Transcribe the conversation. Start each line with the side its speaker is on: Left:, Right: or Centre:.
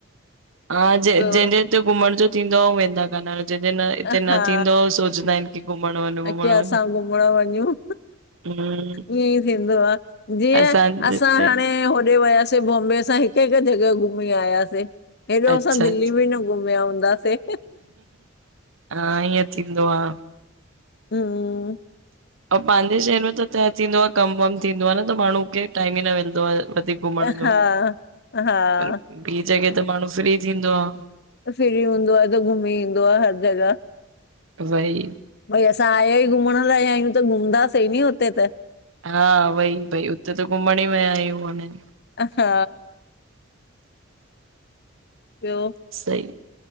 Right: हा ज
Left: ॿियो
Right: जंहिंजे हिते घुमण जो थींदो आ हू वेंदा कान आहिंन जंहिंजे न हिते
Left: हा
Right: न थींदो आ उ सोचंदा आहिनि। की घुमण वञ
Left: <unintelligible>
Right: घुमण
Left: असां
Right: वञ
Left: घुमण वञू।
Right: हम्म
Left: ईअं ई थींदो आ, जीअं
Right: असांजे
Left: असां
Right: हिते
Left: हाणे होॾे वयासीं बॉम्बे असां हिकु हिकु जॻह घुमी आयासे, हेॾो
Right: अच्छा
Left: असां दिल्ली
Right: अच्छा
Left: बि न घुमया हूंदा से।
Right: हा ईअं थींदो आ।
Left: हु।
Right: ऐं पंहिंजे शहर में त त थींदो आ कम वम थींदो आ न त माण्हू खे टाइम ई न मिलंदो आहे। <unintelligible> घुमण जो
Left: हा हा
Right: पर ॿी जॻह ते माण्हू फ्री थींदो आ।
Left: त फ्री हूंदो आ त घुमी ईंदो आ हर जॻह।
Right: वई
Left: भई असां आया ई घुमण लाइ आहियूं त घुमंदासीं नी हुते त
Right: हा वई, वई हुते त घुमण ई विया आहियूं उनिन
Left: हा। ॿियो,
Right: सही